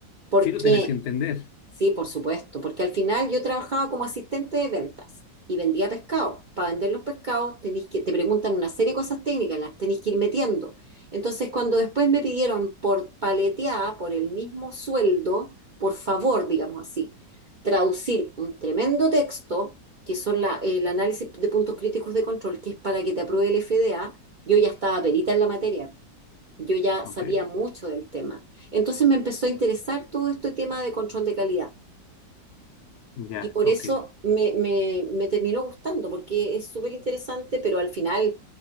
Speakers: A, on the right; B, on the left.
A: Porque
B: sí lo tenés que entender.
A: Sí, por supuesto, porque al final yo trabajaba como asistente de ventas y vendía pescado. Para vender los pescados tenés que, te preguntan una serie de cosas técnicas, las tenés que ir metiendo. Entonces, cuando después me pidieron por paleteada, por el mismo sueldo, por favor, digamos así, traducir un tremendo texto, que son la- el análisis de puntos críticos de control, que es para que te apruebe el FDA, yo ya estaba perita en la materia. Yo ya
B: Ok,
A: sabía mucho del tema. Entonces me empezó a interesar todo este tema de control de calidad.
B: ya,
A: Y por
B: ok.
A: eso me, me- me terminó gustando, porque es súper interesante, pero al final